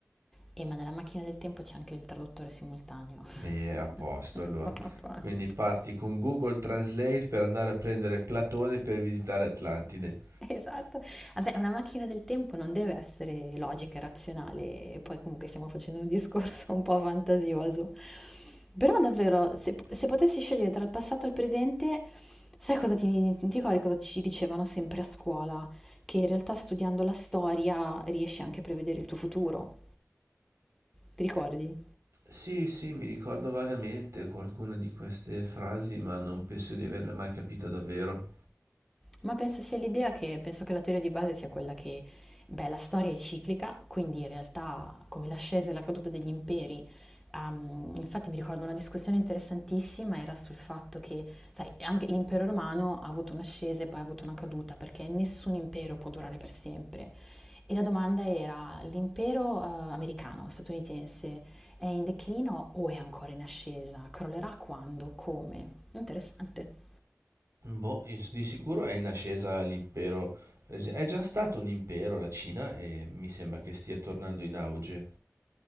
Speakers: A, in the centre; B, on the right (about 70°).
A: E ma nella macchina del tempo c'è anche il traduttore simultaneo.
B: E a posto,
A: <laughs>
B: allora.
A: Buona pace.
B: Quindi parti con Google Translate per andare a prendere Platone per visitare Atlantide.
A: <laughs> Esatto. Vabbè, una macchina del tempo non deve essere logica e razionale, e poi comunque stiamo facendo un discorso <laughs> un po' fantasioso. Però davvero, se, se potessi scegliere tra il passato e il presente, sai cosa ti, ti ricordi cosa ci dicevano sempre a scuola? Che in realtà studiando la storia riesci anche a prevedere il tuo futuro. Ti ricordi?
B: Sì, sì, mi ricordo vagamente qualcuna di queste frasi, ma non penso di averle mai capita davvero.
A: Ma penso sia l'idea che, penso che la teoria di base sia quella che, beh, la storia è ciclica, quindi in realtà come l'ascesa e la caduta degli imperi, ehm, infatti mi ricordo una discussione interessantissima, era sul fatto che, sai, anche l'impero romano ha avuto un'ascesa e poi ha avuto una caduta, perché nessun impero può durare per sempre. E la domanda era, l'impero eh, americano, statunitense, è in declino o è ancora in ascesa? Crollerà quando? Come? Interessante.
B: Boh, is- di sicuro è in ascesa l'impero. È già stato un impero la Cina e mi sembra che stia tornando in auge.